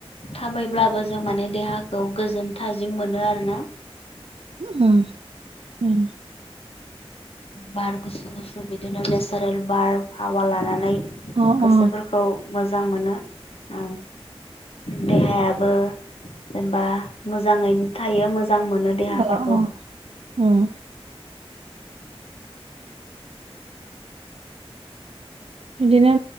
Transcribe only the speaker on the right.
ओम ओम
अ
अ
अ' अ' ओम बिदिनो